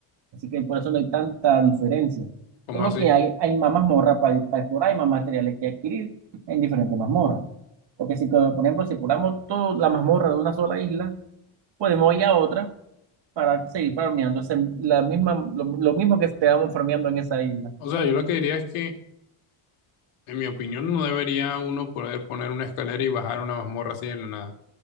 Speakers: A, on the right; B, on the left.
A: Así que por eso no hay tanta diferencia.
B: ¿Cómo
A: Solo
B: así?
A: que hay, hay más mazmorra para, para explorar, hay más materiales que adquirir en diferentes mazmorras. Porque si, co- por ejemplo, si exploramos toda la mazmorra de una sola isla, podemos ir a otra para seguir farmeando ese- la misma, lo, lo mismo que estábamos farmeando en esa isla.
B: O sea, yo lo que diría es que, en mi opinión, no debería uno poder poner una escalera y bajar una mazmorra así de la nada.